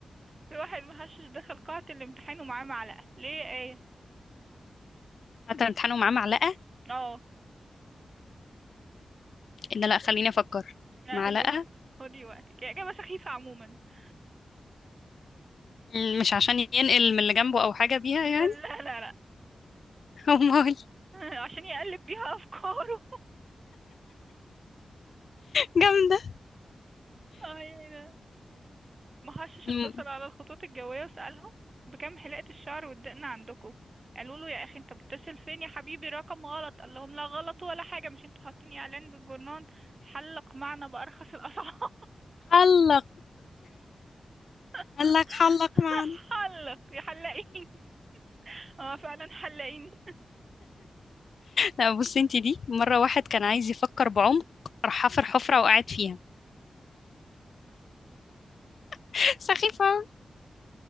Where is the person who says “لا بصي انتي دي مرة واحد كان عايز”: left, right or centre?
Left